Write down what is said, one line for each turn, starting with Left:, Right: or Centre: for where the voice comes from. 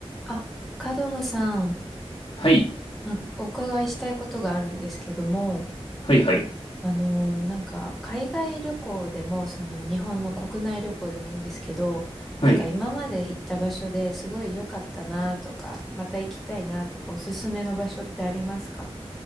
Centre: あ、角野さん、
Left: はい。
Centre: なんかお伺いしたいことがあるんですけども、
Left: はいはい。
Centre: あのーなんか、海外旅行でも、その、日本の国内旅行でもいいんですけど、
Left: はい。
Centre: なんか今まで行った場所ですごい良かったなとか、また行きたいなとか、おすすめの場所ってありますか